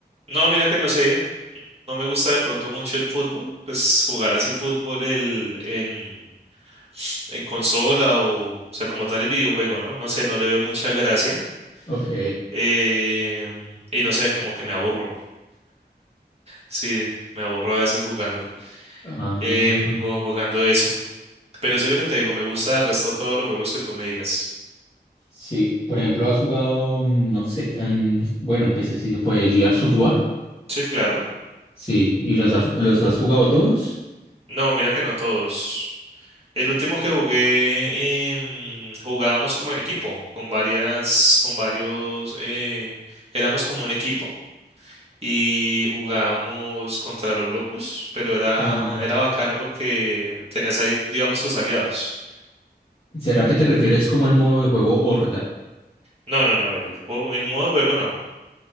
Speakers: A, on the right; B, on the left.
A: No, mira que no sé. No me gusta de pronto mucho el fútbol, pues jugar así fútbol el, en, en consola o, o sea, como tal el videojuego, ¿no? No sé, no le veo mucha gracia.
B: Ok.
A: em, y no sé, como que me aburro. Sí, me aburro a veces jugando,
B: Ah.
A: em, ju- jugando eso. Pero sí lo que te digo, me gusta el resto todos los juegos que tú me digas.
B: Sí, por ejemplo, has jugado, mm, no sé, em, bueno, empecé si se puede, Gears of War.
A: Sí, claro.
B: Sí, ¿y los, has- los has jugado todos?
A: No, mira que no todos. El último que jugué, em, jugábamos como en equipo, con varias, con varios, eh, éramos como un equipo y jugábamos contra los Locus, pero era,
B: Ah,
A: era bacano porque tenías ahí, digamos, tus aliados.
B: ¿será que te refieres como el modo de juego Horda?
A: No, no, no, el juego, el modo de juego no.